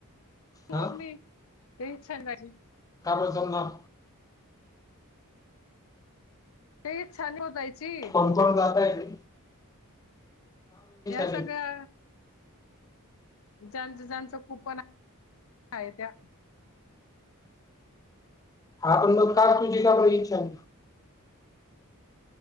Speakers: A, on the left (about 15°); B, on the left (about 65°).
A: हा
B: <inaudible> <unintelligible> झाली.
A: का बरं जमणार
B: ते एक छान होतायची
A: कोण कोण जाताय तुम्ही
B: या
A: नाही?
B: सगळ्या ज्यांच ज्यांचं कूपन हाये त्या
A: हा पण मग का तुझी का बरं इच्छा नाय.